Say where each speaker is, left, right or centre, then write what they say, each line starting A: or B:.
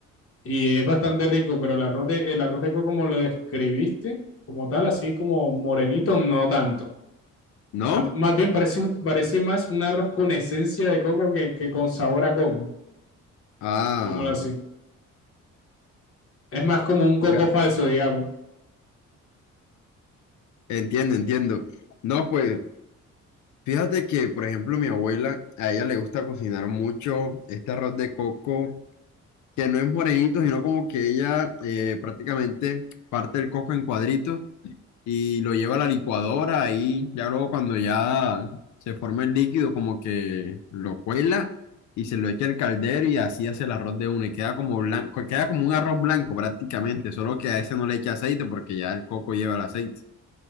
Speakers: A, on the left; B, on the left.
A: Y es bastante rico, pero el arroz de, el arroz de coco como lo describiste, como tal, así como morenito, no tanto. O
B: ¿no?
A: sea, más bien parece, parece más un arroz con esencia de coco que, que con sabor a coco,
B: Ah,
A: digámoslo así. Es más como un coco
B: claro,
A: falso, digamos.
B: entiendo, entiendo. No, pues fíjate que, por ejemplo, mi abuela, a ella le gusta cocinar mucho este arroz de coco que no es morenito, sino como que ella eh, prácticamente parte el coco en cuadritos y lo lleva a la licuadora y ya luego cuando ya se forma el líquido como que lo cuela y se lo echa al caldero y así hace el arroz de una y queda como blanco, queda como un arroz blanco prácticamente, solo que a ese no le echa aceite porque ya el coco lleva el aceite.